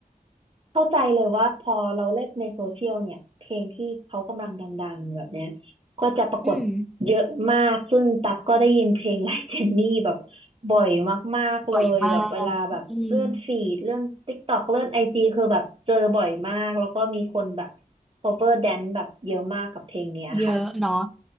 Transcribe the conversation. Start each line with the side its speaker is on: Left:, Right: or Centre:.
Right: เข้าใจเลยว่าพอเราเล่นในโซเชียลเนี่ยเพลงที่เขากำลังดังๆแบบเนี้ยก็จะปรากฏเยอะมากซึ่งตักก็ได้ยินเพลงไลค์เจนนี่แบบ
Centre: อืม
Right: บ่อยมากๆเลยแบบเวลาแบบเลื่อนฟีดเลื่อน
Centre: บ่อยมากอืม
Right: TikTok เลื่อนไอจีคือแบบเจอบ่อยมากแล้วก็มีคนแบบ cover dance แบบเยอะมากกับเพลงเนี้ยค่ะ
Centre: เยอะเนาะ